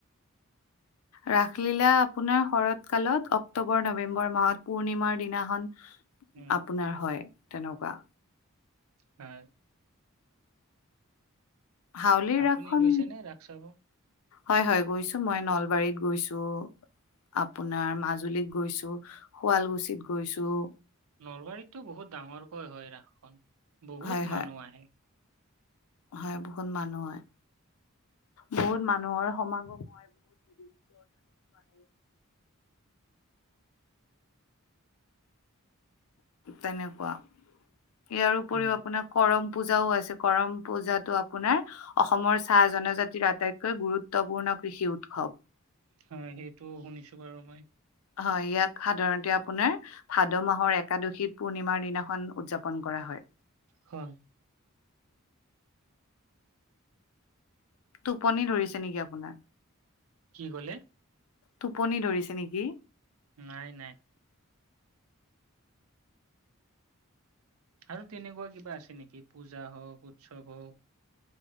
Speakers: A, on the left; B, on the right.
A: ৰাসলীলা আপোনাৰ, শৰৎ কালত, অক্টোবৰ- নৱেম্বৰ মাহত, পূৰ্ণিমাৰ দিনাখন।
B: উম
A: আপোনাৰ হয়, তেনেকুৱা?
B: হয়!
A: হাউলিৰ
B: আপুনি
A: ৰাস খন,
B: গৈছে নে ৰাস চাব
A: হয়, হয়, গৈছোঁ। মই নলবাৰীত গৈছোঁ। আপোনাৰ মাজুলীত গৈছোঁ, শুৱালকুছিত গৈছোঁ।
B: নলবাৰীততো বহুত ডাঙৰকৈ হয়, ৰাসখন! বহুত
A: হয়, হয়,
B: মানুহ আহে।
A: হয়, বহুত মানুহ হয়। বহুত মানুহৰ সমাগম হয়! বহুত <inaudible> তেনেকুৱা! ইয়াৰ উপৰিও
B: উম
A: আপোনাৰ, কৰম পূজাও আছে, কৰম পূজাতো আপোনাৰ, অসমৰ চাহ জনজাতিৰ, আটাইতকৈ গুৰুত্বপূৰ্ণ কৃষি উৎসৱ।
B: হয়, সেইটো শুনিছোঁ বাৰু মই।
A: হয়, ইয়াক সাধাৰণতে আপোনাৰ ভাদ মাহৰ একাদশী পূৰ্ণিমাৰ দিনাখন, উদযাপন কৰা হয়।
B: হয়।
A: টোপনি ধৰিছে নেকি আপোনাৰ?
B: কি ক'লে?
A: টোপনি ধৰিছে নেকি?
B: নাই নাই। আৰু তেনেকুৱা কিবা আছে নেকি পূজা হওক, উৎসৱ হওক?